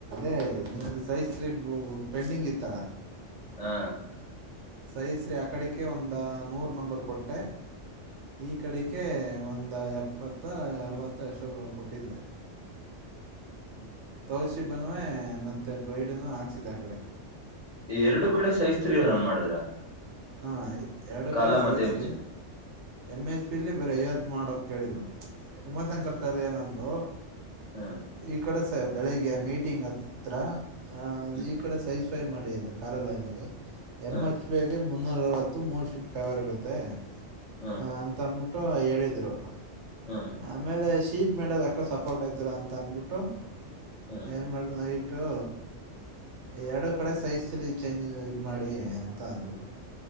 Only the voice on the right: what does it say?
ಅೇ ನಿಮ್ದು
ಸಹಸ್ತ್ರಿೀ ಪೆಂಡಿಂಗ್ ಇರ್ತರ
ಸಹಸ್ರೀ ಆ ಕಡೆಕ್ಕೆ ಒಂದು ನೂರು ನಂಬರ್ ಕೊಟ್ಟೆ ಈ ಕಡೆಿಕ ಒಂದು ಎಪ್ಪತ್ತ ಅರರುವತ್ತ ಎಷ್ಟು ಕೊಟ್ಟಿದ್ದೆ
ತೌಶಿಪ್ನ್ನು ಮತ್ತೆ ಬೈಡ್ನ್ನು ಹಾಕ್ಸಿದೆ ಆ ಕಡೆ
ಹಾ ಎರಡು
ಕಡೆ ಸೈ
ರೀ ಎಮ್ ಎಚ್ ಪಿಲಿ ಬರೀ ಐವತ್ತು ಮಾಡಕ್ಕೆ ಕೇಳಿದ್ರು ಉಮಾಶಂಕರ್ ಸರ್ ಏನಂದ್ರು
ಇಕಡ ಬೆಳಗ್ಗೆ ಮೀಟಿಂಗ್ ಹತ್ರ <unintelligible> ಹ
ಈ ಕಡೆ ಸೈಜ್ <unintelligible> ೈ ಮಾಡಿ ಅಂದ್ರೆ ಕ ಕಾರಲ್ಲಗೆ <unintelligible> ಎಮ್
ಎಚ್ ಪಗೆ <unintelligible> ಮುನ್ನೂರರವತ್ತು ಮೂರು ಶಿಫ್ಟ್ ಕೈವರ್ ಇರುತ್ತೆ
<unintelligible> ಹ ಅಂತ ಅಂದ್ಬಿಟ್ಟು <unintelligible> ಹೇಳಿದ್ರು <unintelligible>
ಆಮೇಲೆ <unintelligible> ಟ್ರೀಟ್ ಮಾಡದು ಯಾಕೋ ಸುಪ್ಲೋರ್ಟ್ ಆಯ್ತಲ್ಲ ಅಂತ ಅಂದ್ಬಿಟ್ಟು <unintelligible>
ಏನ್ ಮಾಡುದು ನೈಟ್ <unintelligible> ಬಟ್ಟು ಎರಡು ಕಡೆ ಸೈಜೀ ಚೇಂಜ್ ಇದು ಮಾಡಿ ಅಂತ ಅಂದರು <unintelligible>